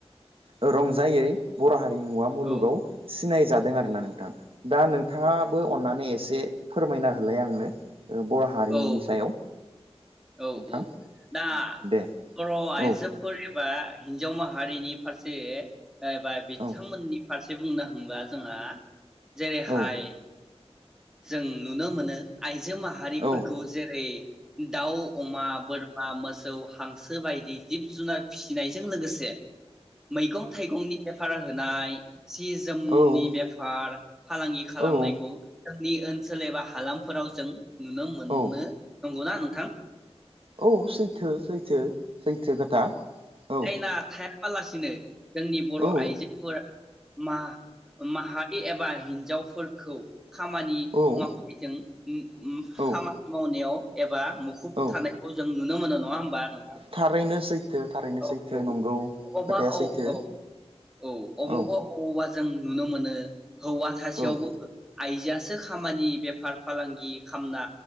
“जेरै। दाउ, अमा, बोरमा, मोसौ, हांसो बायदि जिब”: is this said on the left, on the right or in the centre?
Centre